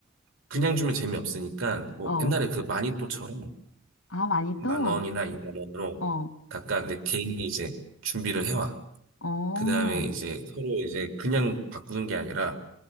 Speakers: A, on the right; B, on the left.
A: 그냥 주면 재미없으니까, 뭐
B: 어.
A: 옛날에 그 마니또처럼
B: 아, 많이
A: 만
B: 또?
A: 원이나 2만 원으로
B: 어,
A: 각각 내 개인이 이제 준비를 해와.
B: 어, 어,
A: 그 다음에 이제 서로 이제 그냥 바꾸는 게 아니라